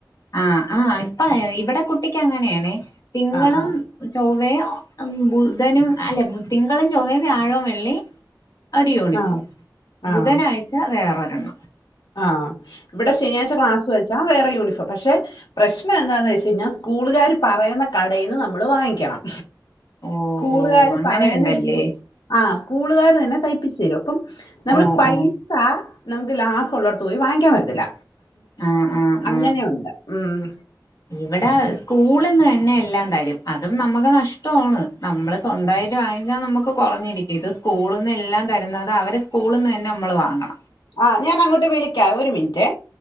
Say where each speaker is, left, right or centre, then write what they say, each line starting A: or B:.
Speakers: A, on the left; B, on the left.
A: ആ ആഹ് ഇപ്പൊ ഇവിടെ കുട്ടിക്ക് അങ്ങനെയാണേ. തിങ്കളും
B: ആ ആ
A: ചൊ വ്വേം ഒ ബുധനും അല്ലെ തിങ്കളും ചൊവ്വയും വ്യാഴവും വെള്ളി ഒരു യൂണിഫോം
B: ആ ആ
A: ബുധനാഴ്ച വേറൊ <unintelligible>
B: ആഹ് ഇവിടെ ശനിയാഴ്ച്ച ക്ലാസ് വെച്ചാ വേറെ യൂണിഫോ പക്ഷെ പ്രശ്നന്താന്ന് വച്ച് കഴിഞ്ഞാൽ സ്കൂളുകാര് പറയുന്ന കടേന്ന് നമ്മള് വാങ്ങിക്കണം.
A: ഓ
B: സ്കൂളുകാര്
A: ഓ അങ്ങനെ
B: പറയ്ന്ന
A: ഉണ്ടല്ലേ
B: രീതി ആ സ്കൂളുകാര് തന്നെ തയ്പ്പിച്ച് തരും പ്പം നമ്മള്
A: ഓ
B: പൈസാ
A: ഓ
B: നമുക്ക് ലാ കൊള്ളോടത്ത് പോയി വാങ്ങിക്കാൻ വരത്തില്ല.
A: ആഹ് ആഹ്
B: അങ്ങനെ
A: ആഹ്
B: ഒണ്ട്. മ്മ്
A: ഇവിടെ സ്കൂള്ന്ന് തന്നെ എല്ലാം തരും അതും നമ്മക്ക് നഷ്ടാണ്. നമ്മള് സ്വന്തായിട്ട് വാങ്ങിച്ചാ നമുക്ക് കൊറഞ്ഞിരിക്കും ഇത് സ്കൂള്ന്ന് എല്ലാം തരുന്നത് അവരെ സ്കൂള്ന്ന് അന്നെ മ്മള് വാങ്ങണം.
B: ആ ഞാൻ അങ്ങോട്ട് വിളിക്കാം ഒരു മിനിറ്റേ..